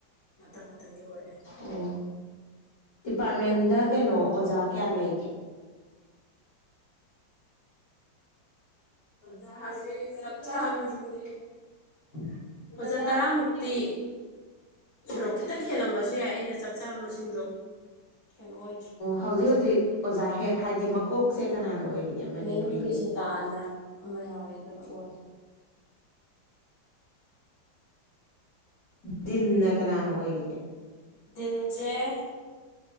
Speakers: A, on the left; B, on the left.
A: ꯃꯇꯝ ꯃꯇꯝ ꯒꯤ ꯑꯣꯏꯔꯦ
B: ꯑꯣ ꯗꯤꯄꯥꯔꯠꯃꯦꯟꯗ ꯀꯩꯅꯣ ꯑꯣꯖꯥ ꯀꯌꯥ ꯂꯩꯒꯦ <inaudible>
A: ꯑꯣꯖꯥꯁꯦ ꯆꯞ ꯆꯥꯕ ꯃꯁꯤꯡꯁꯦ ꯑꯣꯖꯥ ꯇꯔꯥꯃꯨꯛꯇꯤ
B: ꯑꯣ
A: ꯁꯣꯔꯣꯛ
B: ꯍꯧꯖꯤꯛ
A: ꯈꯤꯇꯪ ꯍꯦꯜꯂꯝꯕꯁꯨ ꯌꯥꯏ ꯑꯩꯅ ꯆꯞ ꯆꯥꯕ ꯃꯁꯤꯡꯗꯣ ꯀꯩꯅꯣ ꯑꯣꯏꯗ꯭ꯔꯦ
B: ꯍꯧꯖꯤꯛ
A: ꯑꯣꯖꯥ
B: ꯑꯣꯖꯥ ꯍꯦꯠ ꯍꯥꯏꯗꯤ ꯃꯀꯣꯛꯁꯦ ꯀꯅꯥꯅ ꯑꯣꯏꯔꯤꯒꯦ ꯃꯅꯤꯄꯨꯔꯤ
A: ꯃꯦꯝ ꯕꯤꯖꯤꯇꯥꯅ ꯑꯃ ꯌꯥꯎꯋꯦꯗꯅ ꯑꯣꯏ
B: ꯗꯤꯟꯅ ꯀꯅꯥꯅ ꯑꯣꯏꯔꯤꯒꯦ
A: ꯗꯤꯟꯁꯦ